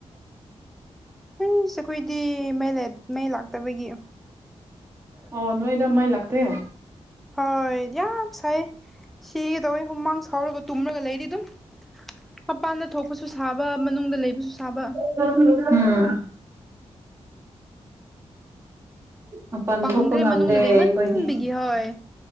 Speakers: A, in the centre; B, on the right.
A: ꯑꯩꯁ ꯑꯩꯈꯣꯏꯗꯤ ꯃꯩ ꯂꯦ ꯃꯩ ꯂꯥꯛꯇꯕꯒꯤ
B: ꯑꯣ ꯅꯣꯏꯗ ꯃꯩ ꯂꯥꯛꯇꯦ
A: ꯍꯣꯏ ꯌꯥꯝ ꯁꯥꯏ ꯁꯤꯒꯗꯧꯋꯤ ꯍꯨꯃꯥꯡ ꯁꯧꯔꯒ ꯇꯨꯝꯂꯒ ꯂꯩꯗꯤ ꯑꯗꯨꯝ ꯃꯄꯥꯟꯗ ꯊꯣꯛꯄꯁꯨ ꯁꯥꯕ ꯃꯅꯨꯡꯗ ꯂꯩꯕꯁꯨ ꯁꯥꯕ
B: ꯎꯝ ꯃꯄꯥꯟ
A: ꯄꯪꯈ꯭ꯔꯦ
B: ꯊꯣꯛꯄ ꯉꯝꯗꯦ
A: ꯃꯅꯨꯡꯗ ꯂꯩꯃꯟꯕꯤꯒꯤ
B: ꯑꯩꯈꯣꯏꯗꯤ
A: ꯍꯣꯏ